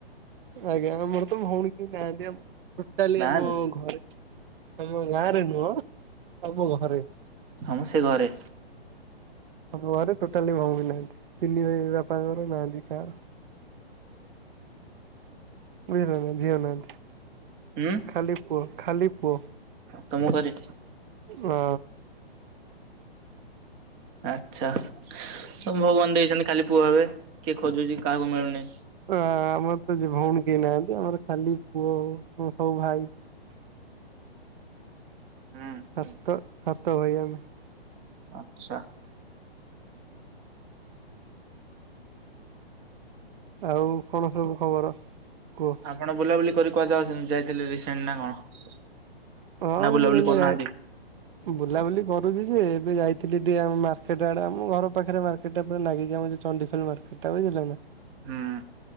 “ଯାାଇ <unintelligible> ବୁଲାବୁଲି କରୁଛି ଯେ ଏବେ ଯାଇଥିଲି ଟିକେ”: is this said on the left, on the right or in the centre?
Right